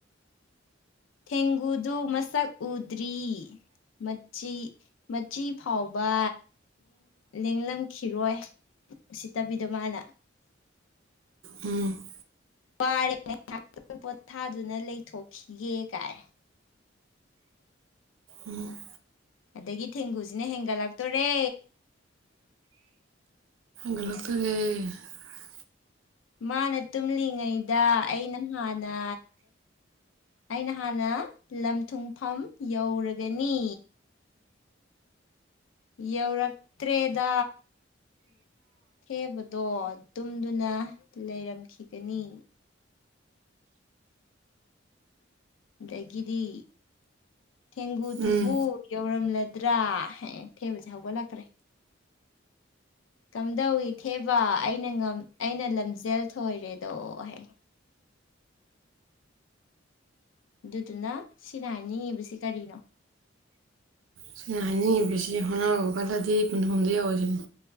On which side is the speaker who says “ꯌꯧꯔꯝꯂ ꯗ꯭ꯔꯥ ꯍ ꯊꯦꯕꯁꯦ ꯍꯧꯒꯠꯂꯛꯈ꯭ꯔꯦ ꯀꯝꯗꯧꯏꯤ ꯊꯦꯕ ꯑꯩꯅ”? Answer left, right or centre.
Left